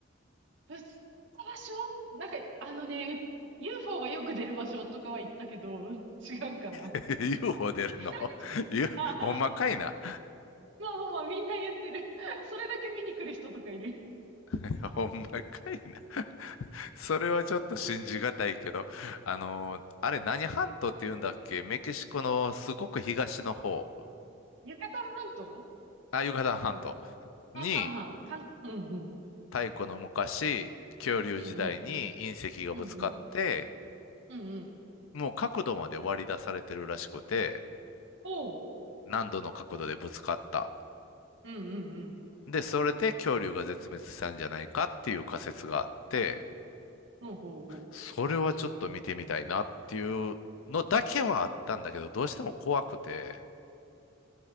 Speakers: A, on the right (about 60°); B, on the left (about 80°).
A: ぶつった場所なんか、あのね、う UFO がよく出る場所とかは行ったけど、違うかな。
B: <laughs> UFO 出るのゆほんまかいな。
A: <laughs> あははまあまあまあ、みんな言ってる。それだけ見に来る人とかいる。
B: <laughs> ほんまかいな。それはちょっと信じがたいけど、あのー、あれ何半島って言うんだっけメキシコのすごく東の方、
A: ユカタン半島
B: あ、ユカタン半島
A: かなはんはんはん。
B: に
A: かん、うんうん。
B: 太古の昔、恐竜時代に隕石がぶつかって、
A: うんうん。うんうん。うんうん。
B: もう角度まで割り出されてるらしくて、
A: ほ
B: 何度の角度でぶつかった。
A: う。うんうんうん。
B: で、それで恐竜が絶滅したんじゃないかっていう仮説があって、
A: ほうほうほ
B: それはちょっと見てみたいなっていうのだけはあったんだけど、どうしても怖くて、